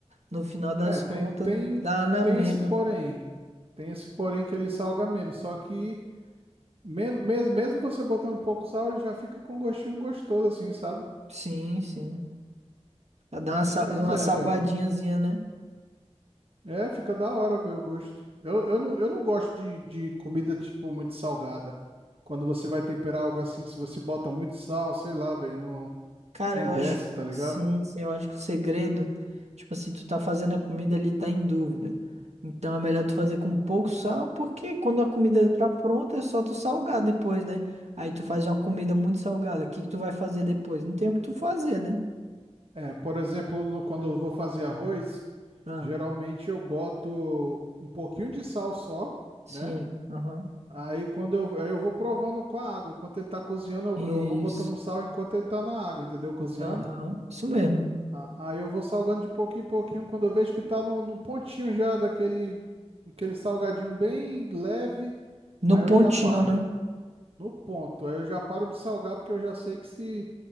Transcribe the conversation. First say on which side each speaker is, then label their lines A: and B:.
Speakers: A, on the right (about 75°); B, on the right (about 55°).
A: No final das
B: é, tem,
A: contas,
B: tem,
A: dá na
B: tem
A: mesma.
B: esse porém. Tem esse porém que ele salga menos, só que men mesmo, mesmo você botando pouco sal, ele já fica com um gostinho gostoso assim, sabe?
A: Sim, sim. Dá uma, sal-
B: Pois
A: uma
B: é,
A: salgadinhazinha,
B: velho.
A: né?
B: É, fica da hora ver o gosto. Eu, eu não, eu não gosto de, de comida, tipo, muito salgada. Quando você vai temperar algo assim, se você bota muito sal, sei lá, velho, não,
A: Cara,
B: não
A: eu
B: desce,
A: acho que.
B: tá ligado?
A: Sim, sim, eu acho que o segredo, tipo assim, tu tá fazendo a comida ali, tá em dúvida. Então é melhor tu fazer com pouco sal, porque quando a comida tá pronta, é só tu salgar depois, né? Aí tu faz uma comida muito salgada. O que que tu vai fazer depois? Não tem o que tu fazer, né?
B: É, por exemplo, no- quando eu vou fazer arroz,
A: Ah,
B: geralmente eu boto um pouquinho de sal só,
A: sim.
B: né?
A: Aham.
B: Aí quando eu, aí eu vou provando com a água. Enquanto ele tá cozinhando, eu,
A: Isso.
B: eu vou botando sal enquanto ele tá na água, entendeu? Cozinhando.
A: Aham. Isso mesmo.
B: A- Aí eu vou salgando de pouquinho em pouquinho. Quando eu vejo que tá no, no pontinho já daquele aquele salgadinho bem leve,
A: No
B: aí eu
A: pontinho,
B: já paro.
A: né?
B: No ponto. Aí eu já paro de salgar porque eu já sei que se,